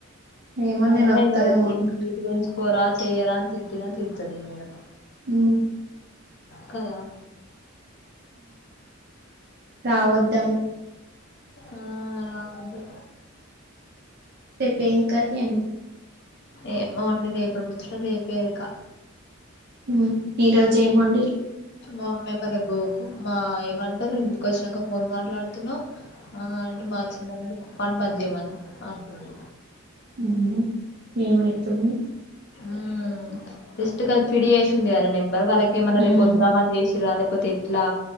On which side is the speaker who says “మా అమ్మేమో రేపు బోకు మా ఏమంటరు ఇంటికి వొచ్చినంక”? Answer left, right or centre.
Left